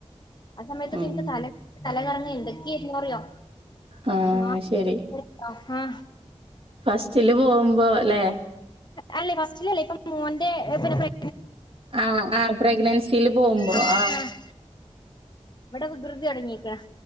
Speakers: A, on the left; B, on the right.
A: ആസമയത്തൊക്കെ.
B: ഉം.
A: ല. തല കറങ്ങ എന്തക്കെര്ന്നറിയൊ
B: ആഹ്
A: ആ
B: ശരി.
A: ആഹാ
B: ഫസ്റ്റില് പോവുമ്പോലേ.
A: അല്ലെ ഫസ്റ്റിലല്ലേ. ഇപ്പം മോന്റെ പിന്നെ പ്ര
B: ആ ആ പ്രഗ്നൻസിയില്. പോവുമ്പോ
A: ആഹ്
B: ആ
A: ആഹ് ഇവിടെ വികൃതി തുടങ്ങിയിക്ക്‌ണ്